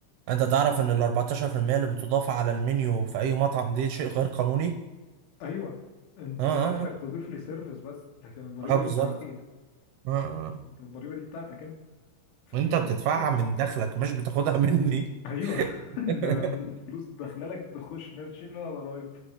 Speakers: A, on the right; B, on the left.
A: انت تعرف ان ال 14% اللي بتضاف على المنيو في اي مطعم دي شيء غير قانوني
B: ايوه انت
A: اه اه
B: اخرك تضيف لي سيرفيس بس لكن الضريبه
A: اه آه، بالظبط
B: دي مش عليا
A: اه آه.
B: انت الضريبه دي بتاعتك انت فتيجي
A: انت بتدفعها
B: اصلا
A: من دخلك مش بتاخدها مني
B: ايوه <laughs>
A: <laughs>
B: ده أنا من فلوس داخله لك تخش ماشي ولا ضرايب